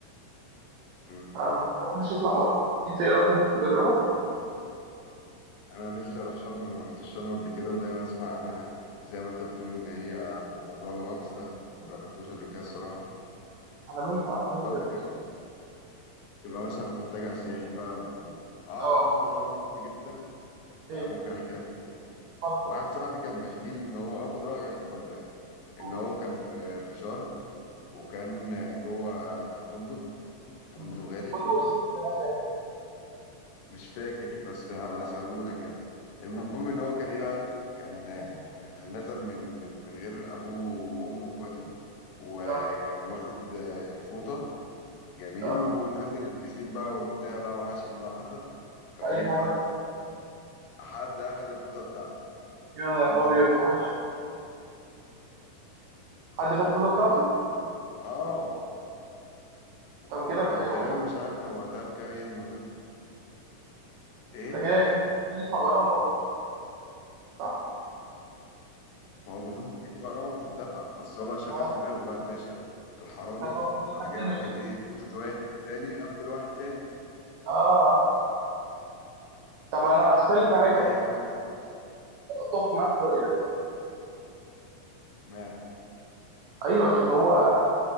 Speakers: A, on the left; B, on the right.
A: مم.
B: آه، ما تحبش تطلع بره انت ايه رايك ممكن تجربها
A: انا نفسي اروح شرم انا ما رحتش شرم قبل كده ودايما اسمع انا زي ما انت بتقول ان هي موضوع الغطس ده ما جربتوش قبل كده الصراحه
B: عالميه عالميه بجد
A: او انك تبقى مثلا في منتجع سياحي بقى و- واعرف
B: اه
A: بقى موضوع بقى مهم جدا
B: ايه
A: آه، ممكن احكي لك عليه
B: اتفضل
A: واحد صاحبي كان بيحكي لي ان هو اخد رايك برضو يعني
B: قول.
A: ان هو كان في في شرم وكان جوه فندق فندق
B: مم.
A: غالي
B: فندق بس محتاج سياحة.
A: مش فاكر بس هبقى اساله لك يعني المهم ان هو كان ايه بقى كان آه،
B: مم.
A: نزل من من من غير ابوه وامه واخواته وكان
B: اه
A: واخد آه، الفوطه جميل
B: اه
A: ونزل البسين بقى وبتاع بقى وعاش اللحظه فايه
B: طيب دي حاجه كويسة.
A: فحد اخد الفوطه بتاعته
B: يا نهار
A: انت
B: ابيض
A: تاني ايه
B: عمل ايه
A: لما
B: حد شاف الفوطه بتاعته
A: اه
B: طب
A: وكان
B: كده هيقف
A: تقريبا
B: مشكله
A: مش عارف كان وقتها بكام يعني المفروض ايه
B: ده كده ندفع غرامة بقى صح؟
A: ما هو المفروض في غرامة بتدفع بس هو بقى شغل
B: اه
A: دماغه بقى الباشا الحرامي
B: هتبقى فرصة
A: راح
B: حد
A: جاي
B: تاني
A: واخد
B: ولا ايه؟
A: ايه فوطة واحد تاني غفل واحد تاني
B: اه طب انا اختلف
A: قال
B: معاك
A: لك بقى
B: بقى
A: ايه قال لك
B: اتفق معاه في الرأي ده
A: اشمعنى
B: ايوه عشان هو